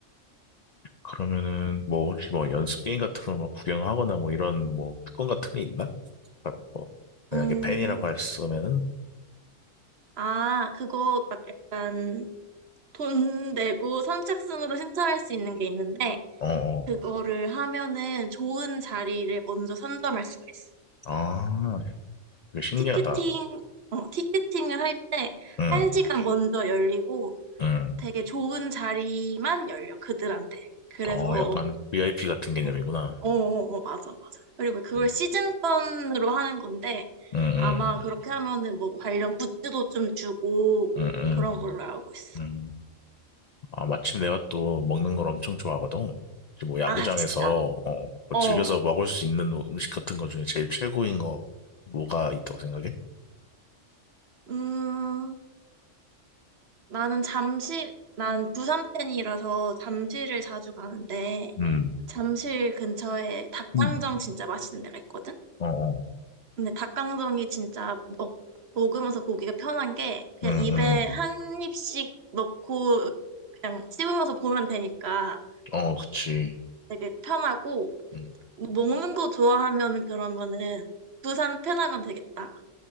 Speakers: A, on the left; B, on the right.
A: 그러면은 뭐 혹시 뭐 연습 게임 같은 걸뭐 구경하거나 뭐 이런 뭐 특권 같은 게 있나? 바로 뭐 만약에
B: 음,
A: 펜이라고 했으면은
B: 아, 그거 막 약간 돈 내고 선착순으로 신청할 수 있는 게 있는데,
A: 어, 어.
B: 그거를 하면은 좋은 자리를 먼저 선점할 수가 있어.
A: 아, 되게 신기하다.
B: 티켓팅, 어, 티켓팅을 할 때
A: 응,
B: 한시간 먼저 열리고
A: 응.
B: 되게 좋은 자리만 열려, 그들한테. 그래서
A: 어, 약간 VIP 같은 개념이구나.
B: 어, 어, 어, 맞아, 맞아. 그리고 그걸
A: 응,
B: 시즌권으로 하는 건데,
A: 응,
B: 아마 그렇게 하면은 뭐 관련 굿즈도 좀 주고,
A: 응, 응,
B: 그런 걸로 알고 있어.
A: 응. 응. 아, 마침 내가 또 먹는 걸 엄청 좋아하거든. 혹시 뭐 야구장에서
B: 아, <laughs> 진짜?
A: 어, 뭐
B: 어.
A: 즐겨서 먹을 수 있는 음식 같은 것 중에 제일 최고인 거 뭐가 있다고 생각해?
B: 음, 나는 잠실, 난 부산 팬이라서 잠실을 자주 가는데,
A: 응,
B: 잠실 근처에 닭강정
A: 응,
B: 진짜 맛있는 데가 있거든?
A: 어, 어,
B: 근데 닭강정이 진짜 먹, 먹으면서 보기가 편한 게 그냥
A: 응,
B: 입에
A: 응,
B: 한 입씩 넣고 그냥 씹으면서 보면 되니까
A: 어, 그치.
B: 되게 편하고
A: 응,
B: 뭐 먹는 거 좋아하면은 그러면은 부산 편하면 되겠다. <laughs>